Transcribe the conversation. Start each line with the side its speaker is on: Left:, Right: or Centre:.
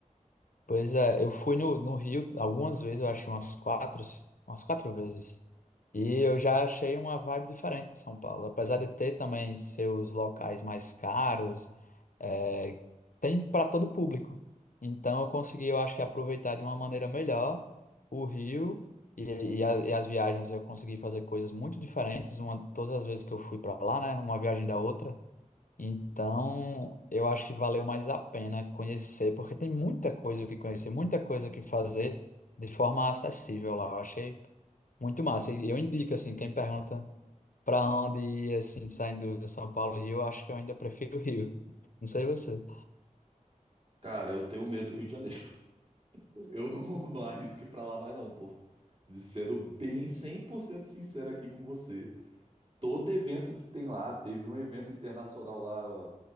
Left: Pois é, eu fui no, no Rio algumas vezes, eu achei umas quatro, umas quatro vezes. E eu já achei uma vibe diferente de São Paulo. Apesar de ter também seus locais mais caros, é, tem para todo público. Então eu consegui, eu acho que aproveitar de uma maneira melhor o Rio e, e, a- e as viagens eu consegui fazer coisas muito diferentes, uma, todas as vezes que eu fui para lá, né? Uma viagem da outra. Então, eu acho que valeu mais a pena conhecer, porque tem muita coisa o que conhecer, muita coisa o que fazer de forma acessível lá. Eu achei muito massa. E eu indico, assim, quem pergunta para onde ir, assim, saindo de São Paulo e Rio, eu acho que eu ainda prefiro o Rio. Não sei você.
Right: Cara, eu tenho medo do Rio de Janeiro. <laughs> Eu não, não arrisco ir pra lá mais não, pô. De sendo bem 100% sincero aqui com você. todo evento que tem lá. Teve um evento internacional lá ó,